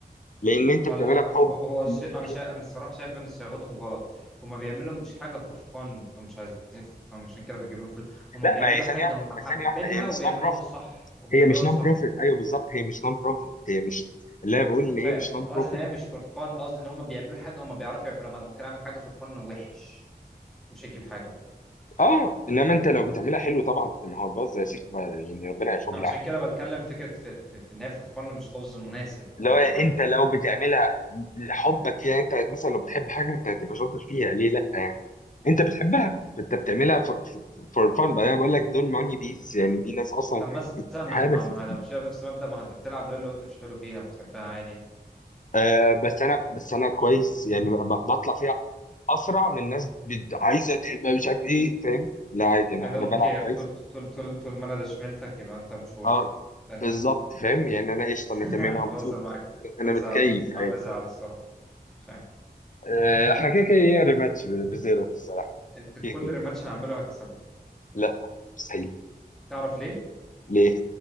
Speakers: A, on the left; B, in the centre.
A: لان انت
B: هو
A: بتعملها
B: لا
A: بحب
B: هو هو هو الش- انا
A: فيها
B: شا... انا الصراحه شايف ان صياغتهم غلط هما بيعملوا مش حاجه فور فن فمش عايزين فمش عشان كده بتجيب لهم فلوس هما
A: لا
B: بيعملوا
A: ما هي ثانيه
B: حاجه
A: واحده
B: هما
A: ما هي
B: حابينها
A: ثانيه واحده هي مش
B: وبيعملوها
A: نون بروفيت
B: صح وبيعملوها
A: هي مش نون
B: صح
A: بروفيت ايوه بالظبط هي مش نون بروفيت هي مش اللي انا بقول
B: انا
A: ان
B: فاهم
A: هي مش نون
B: انا
A: بروفيت
B: قصدي ان هي مش فور فن قصدي ان هم بيعملوا حاجه هم بيعرفوا يعملوها ما انا ممكن اعمل حاجه فور فن وحش مش هتجيب حاجه برضه.
A: اه انما انت لو بتعملها حلو طبعا ما هو باظ يا شيخ ما- يعني ربنا يشوف
B: عشان كده بتكلم فكره في, في, في ان هي فور فن مش لفظ مناسب
A: اللي
B: ان
A: هو
B: هم
A: انت
B: انت
A: لو
B: فاهم
A: بتعملها لحبك يعني انت مثلا لو بتحب حاجه انت هتبقى شاطر فيها ليه لا يعني انت بتحبها
B: أنت فاهم.
A: انت بتعملها فور فان بقى انا بقول لك دول ماني بيس يعني دي ناس اصلا
B: طب مثلا ما
A: اتهرست
B: ما ما لو مش بنفس المبدا ما انت بتلعب لولو وانت مش حلو فيها وبتحبها عادي يعني
A: آه بس انا بس انا كويس يعني ب- ب- بطلع فيها اسرع من ناس بت- عايزه تبقى مش عارف ايه فاهم لا عادي انا
B: I don't
A: انا بلعب
B: care
A: كويس
B: طول طول طول طول ما انا ده شملتك يبقى انت مش ورثي
A: اه
B: انتهت
A: بالظبط فاهم يعني انا قشطه
B: <laughs>
A: انا تمام انا مبسوط
B: بهزر معاك
A: انا أنا
B: ما تزعلش
A: متكيف عادي
B: او ازعل الصراحه مش عارف
A: آه، احنا كده كده ايه ريماتش بزيرو الصراحه
B: انت كل
A: <laughs>
B: ريماتش هعمله هكسبه
A: لا مستحيل
B: تعرف ليه؟
A: ليه